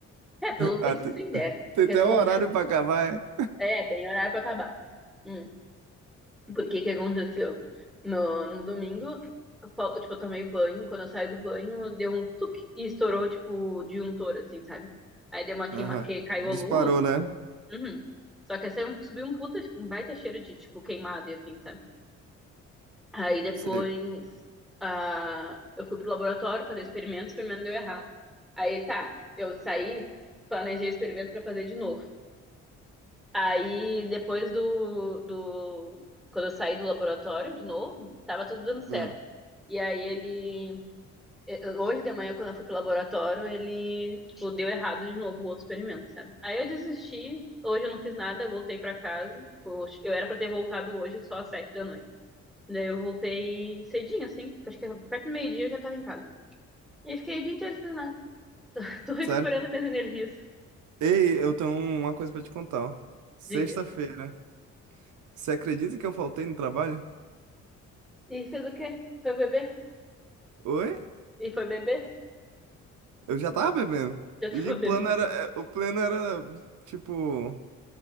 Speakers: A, in the centre; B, on the right.
A: É, pelo
B: Ah,
A: visto,
B: te-
A: sim, deve.
B: tem
A: Respondeu.
B: até um horário pra acabar, é?
A: É, tem horário pra acabar. Hum. Porque que aconteceu? No, no domingo, eu, fal- tipo, eu tomei banho. Quando eu saí do banho, deu um tuque e estourou, tipo, o disjuntor, assim, sabe? Aí deu uma queima,
B: Aham.
A: que caiu
B: Disparou,
A: a luz e
B: né?
A: tal. Uhum. Só que assim, subiu um puta, um baita cheiro de, tipo, queimado e afim, sabe? Aí depois,
B: Sei.
A: ah, eu fui pro laboratório fazer experimento, o experimento deu errado. Aí tá, eu saí, planejei experimento pra fazer de novo. Aí, depois do, do... Quando eu saí do laboratório de novo, tava tudo dando certo.
B: Ah,
A: E aí ele... eu- Hoje de manhã, quando eu fui pro laboratório, ele, tipo, deu errado de novo o outro experimento, sabe? Aí eu desisti, hoje eu não fiz nada, eu voltei pra casa. Tipo, eu era pra ter voltado hoje só às sete da noite. Daí eu voltei cedinho, assim, acho que perto do meio-dia eu já tava em casa. E fiquei o dia inteiro sem nada. <laughs> Tô recuperando
B: sério?
A: minhas energias.
B: Ei, eu tenho uma coisa pra te contar. ó. Sexta-feira.
A: Diga.
B: Você acredita que eu faltei no trabalho?
A: E fez o quê? Foi beber?
B: Oi?
A: E foi beber?
B: Eu já tava bebendo.
A: Já tava
B: E o
A: <laughs>
B: plano
A: bebendo.
B: era, é, o plano era, tipo,